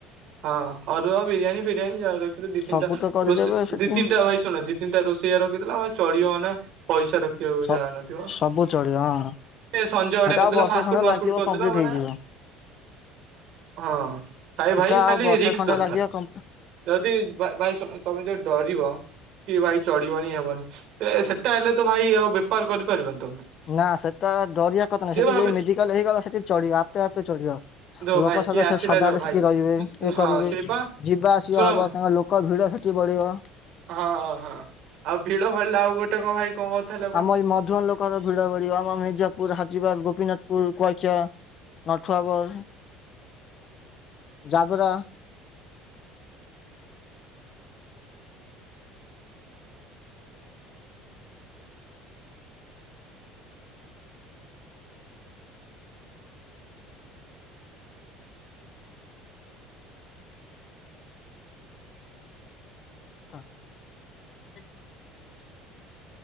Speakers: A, on the right; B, on the left.
A: ହଁ ଅରୁଆ, ବିରିୟାନୀ ଫିରିୟାନୀ, ରଖି ଦି ତିନଟା
B: ସବୁ ତ କରିଦେବେ
A: ରୋଷ
B: ସେଠି
A: ଦିଇ ତିନଟା ଭାଇ ଶୁଣ ଦି ତିନଟା ରୋଷ ସେଇଆ ରଖିଥିଲା, ଆମେ ଚଳିବ ନା ପଇସା ରଖିବାକୁ
B: ସ
A: ଯା ନଥିବ।
B: ସବୁ ଚଳିବ ହଁ
A: ସଞ୍ଜୟ ବଡେ
B: ହେଟା
A: କରିଥିଲା,
B: ଆଉ ବର୍ଷେ
A: ଫାଷ୍ଟଫୁଡ
B: ଖଣ୍ଡେ
A: ଫାଷ୍ଟଫୁଡ
B: ଲାଗିବ
A: କରିଥିଲା
B: କମ୍ପ୍ଲିଟ
A: ମାନେ
B: ହେଇଯିବ।
A: ହଁ ଭାଇ,
B: ସେଟା
A: ଭାଇ ଖାଲି
B: ଆଉ ବର୍ଷେ
A: ରିକ୍ସ
B: ଖଣ୍ଡେ
A: ଦରକାର,
B: ଲାଗିବ କମ୍ପ
A: ଯଦି ତମେ ଯ ଡରିବ କି ଭାଇ ଚଳିବନି ହେବନି, ସେ ସେଟା ହେଲେ ତ ଭାଇ ଆଉ ବେପାର କରିପାରିବନି। ତମେ।
B: ନା ସେଟା ଡରିବା କଥା
A: ସିଏ
B: ନାହିଁ, ସେଠି
A: ଭାବେ
B: ଯ ମେଡିକାଲ ହେଇଗଲା, ସେଠି ଚଢିବ ଆପେ ଆପେ ଚଢିବ
A: ଦୋ
B: ଲୋକ
A: ଭାଇ
B: ସେ
A: କିଏ ଆସିଲା
B: ସଜାବେେଳେ
A: ଦୋ ଭାଇ
B: ସେଠି ରହିବେ ଇଏ
A: ହଁ
B: କରିବି,
A: ସେଇ ପା
B: ଯିବା ଆସିବା
A: ଶୁଣ ଭାଇ
B: ହବ, ତାଙ୍କ ଲୋକ ଭିଡ ସେଠି ବଢିବ
A: ହଁ, ହଁ, ଆଉ ଭିଡ ଭଲିଲ ଆଉ ଗୋଟେ କଣ ଭାଇ କଣ କହୁଥିଲା କହନି?
B: ଆମ ଏଇ ମଧୁଆ ଲୋକର ଭିଡ ଭଡିବ ଆମ ମିର୍ଜାପୁର ହ ଯିବା ଗୋପୀନାଥପୁର, କୁଆଖିଆ, ନଠୁଆବର ଜାବରା <unintelligible>